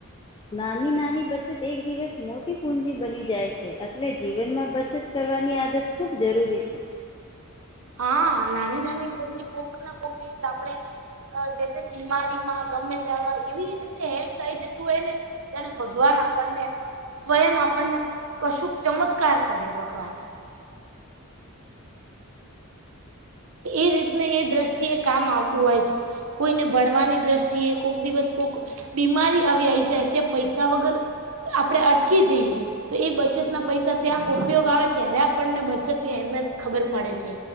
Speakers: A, on the left; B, on the right.
A: નાની નાની બચત એક દિવસ મોટી પૂજી બની જાય છે એટલે જીવનમાં બચત કરવાની આદત ખૂબ જરૂરી છે
B: હા નાની નાની પૂજી કોક ના કોક દિવસ આપણે જે બીમારી માં ગમે ત એવી રીતે હેલ્પ લઇ જતું હોય ને જેને ભગવાન આપણને સ્વયં આપણને કશુંક ચમત્કાર કર્યો ભગવાને એ રીતને એ દ્રષ્ટિ એ કામ આવતું હોય છે કોઈને ભણવાની દ્રષ્ટિએ કોક દિવસ કોક બીમારી આવી આયી જાય ત પૈસા વગર આપણેે અટકી જઈએ તો એ બચતના પૈસા ત્યાં ઉપયોગ આવે ત્યારે આપણને બચત ની અહેમિયત ખબર પડે છે